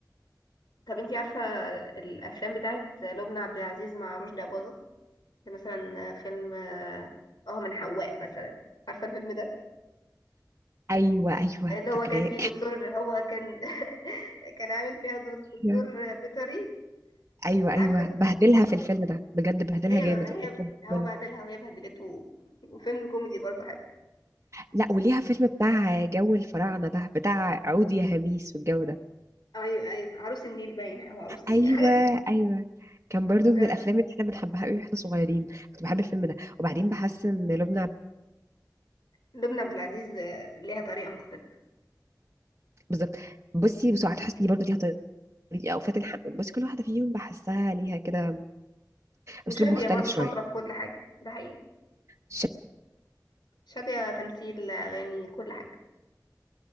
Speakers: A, on the left (about 90°); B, on the right (about 40°).
A: طب انتي عارفة الافلام بتاعت لبنى عبد العزيز مع رشدي أباظة زي مثلا فيلم اه آه من حواء مثلا عارفة الفيلم ده
B: أيوة أيوة
A: اللي هو
B: فاكراه
A: كان فيه دكتور هو كان <laughs> كان عامل فيها دور دكتور
B: <laughs> يعني
A: بيطري
B: أيوة
A: عارفة
B: أيوة بهدلها
A: عارفة
B: في
A: قصة
B: الفيلم ده بجد بهدلها
A: هي
B: جامد
A: هي
B: وحياة
A: هو
B: ربنا
A: بهدلها وهي بهدلته و- وفيلم كوميدي برضه حلو
B: لا وليها فيلم بتاع جو الفراعنة ده بتاع عود يا هميس والجو ده
A: ايوه ايوه عروس النيل باين او عروس النيل
B: أيوة
A: حاجة كده
B: أيوة كان برضو من
A: آه.
B: الأفلام اللي احنا بنحبها قوي واحنا صغيرين كنت بحب الفيلم ده وبعدين بحس إن لبنى
A: لبنى عبد العزيز آه، ليها طريقة مختلفة
B: بالظبط بصي وسعاد حسني برضو ليها طريقة أو فاتن حمامة بصي كل واحدة فيهم بحسها ليها كده
A: وشادية
B: اسلوب مختلف
A: برضو
B: شويه
A: شاطرة في كل حاجة ده حقيقي
B: شائع
A: شادية تمثيل أغاني كل حاجة